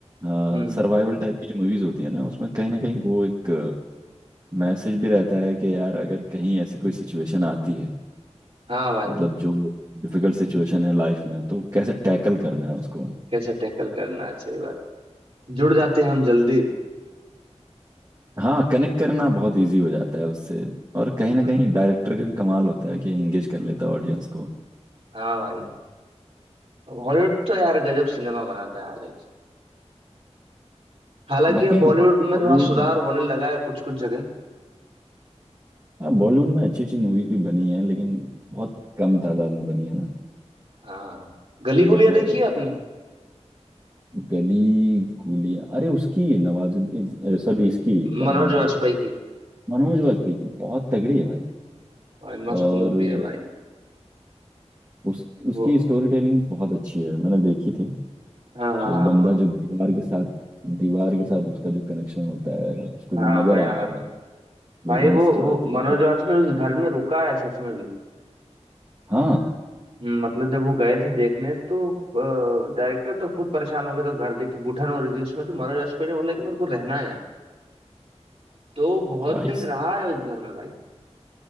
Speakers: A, on the right; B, on the right.
A: हाँ
B: हम्म
A: सर्वाइवल टाइप की जो मूवीज होती है ना उसमें कहीं ना कहीं वो एक मैसेज भी रहता है कि यार अगर कहीं ऐसी कोई सिचुएशन आती है
B: हाँ भाई
A: मतलब जो डिफिकल्ट सिचुएशन है लाइफ में तो कैसे टैकल करना है उसको
B: कैसे टैकल करना है सही बात जुड़ जाते हैं हम जल्दी
A: हाँ कनेक्ट करना बहुत इजी हो जाता है उससे और कहीं ना
B: हाँ
A: कहीं डायरेक्टर का भी कमाल होता है कि एंगेज कर लेता है ऑडियंस को
B: हाँ भाई हॉलीवुड तो यार गजब सिनेमा बनाता है हालांकि हालांकि
A: बाकी
B: अब बॉलीवुड में
A: बॉलीवुड
B: थोड़ा सुधार होने लगा है कुछ कुछ जगह
A: हाँ बॉलीवुड में अच्छी अच्छी मूवीज भी बनी हैं लेकिन बहुत कम तादाद में बनी है ना
B: हाँ गली गुलिया
A: जैसे
B: देखी है आपने
A: गली गुलियां अरे उसकी नवाजुद्दीन सॉरी इसकी क्या
B: मनोज
A: नाम है
B: वाजपेयी की
A: मनोज वाजपेयी की बहुत तगड़ी है भाई
B: भाई मस्त
A: और
B: मूवी है भाई
A: उस उसकी
B: वो
A: स्टोरी टेलिंग बहुत अच्छी है मैंने देखी थी
B: हाँ हाँ,
A: वो बंदा
B: वो
A: जो दीवार के साथ दीवार के साथ उसका जो कनेक्शन होता है उसको
B: हाँ
A: जो नजर
B: भाई हाँ
A: आता
B: भाई
A: है
B: भाई
A: विजन्स
B: वो
A: जो
B: वो
A: आते हैं
B: मनोज
A: वो-
B: वाजपेयी उस घर में रुका है सच में भी
A: हाँ
B: हम्म, मतलब जब वो गए थे देखने तो डायरेक्टर तो खुद परेशान हो गया तो घर देख के घुटन हो रही थी उसमें तो मनोज वाजपेयी ने बोला कि मेरे को रहना है यहाँ तो वो बहुत
A: भाई
B: दिन रहा
A: साहब।
B: है उस घर में भाई